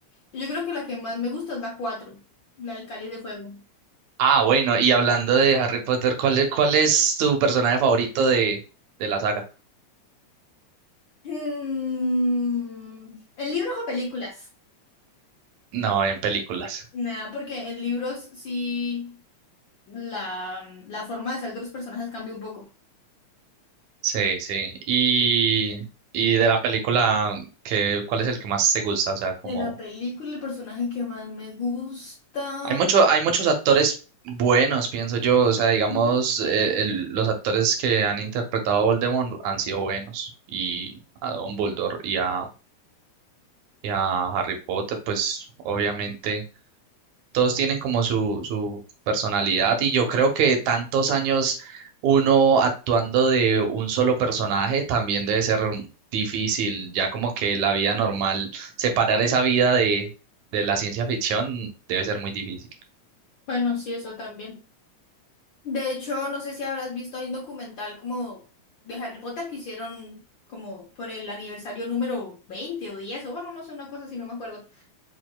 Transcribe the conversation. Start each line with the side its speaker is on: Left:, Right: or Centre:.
Left: Yo creo que la que más me gusta es la cuatro, la del Cáliz de Fuego.
Right: Ah, bueno, y hablando de Harry Potter, ¿cuál es, cuál es tu personaje favorito de, de la saga?
Left: Mm, ¿En libros o películas?
Right: No, en películas.
Left: Nada, porque en libros sí la, la forma de ser de los personajes cambia un poco.
Right: Sí, sí. Y, y de la película, ¿qué, cuál es el que más te gusta? O sea, como
Left: De la película, el personaje que más me gusta.
Right: hay mucho, hay muchos actores buenos, pienso yo. O sea, digamos,
Left: Ujú.
Right: eh, el- los actores que han interpretado a Voldemort han sido buenos. Y a Dumbledore y a, y a Harry Potter, pues obviamente. todos tienen como su, su personalidad y yo creo que tantos años uno actuando de un solo personaje también debe ser difícil, ya como que la vida normal, separar esa vida de, de la ciencia ficción debe ser muy difícil.
Left: Bueno, sí, eso también. De hecho, no sé si habrás visto, hay un documental como de Harry Potter que hicieron como por el aniversario número 20 o 10 o bueno, no sé, una cosa así, no me acuerdo.